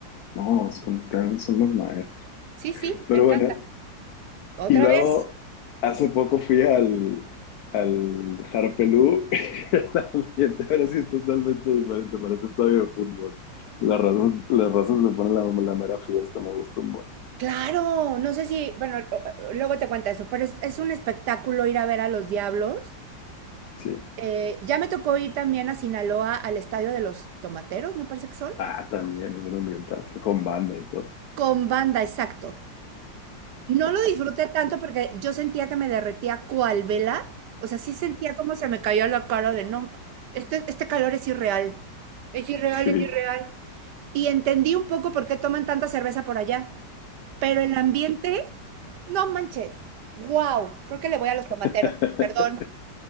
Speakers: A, on the left (about 70°); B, on the right (about 70°).
A: no, son, tan- son los maestros.
B: Sí, sí,
A: Pero
B: me encanta.
A: bueno,
B: ¿Otra
A: Y luego,
B: vez?
A: hace poco fui al, al Harpelú. <laughs> El ambiente ahora sí es totalmente diferente, parece un estadio de fútbol. La razón, las razas me ponen la, la mera fiesta, me gusta un buen.
B: Claro, no sé si, bueno, o- o- luego te cuento eso, pero es, es un espectáculo ir a ver a los diablos.
A: Sí.
B: Eh, ya me tocó ir también a Sinaloa al estadio de los Tomateros, me parece que son,
A: Ah, también es un ambientazo, con banda y todo.
B: con banda, exacto. No lo disfruté tanto porque yo sentía que me derretía cual vela, o sea, sí sentía como se me cayó la cara de no, este, este calor es irreal, es irreal,
A: Sí.
B: es irreal. Y entendí un poco por qué toman tanta cerveza por allá, pero el ambiente, no manches, wow, creo que le voy a los tomateros,
A: <laughs>
B: perdón,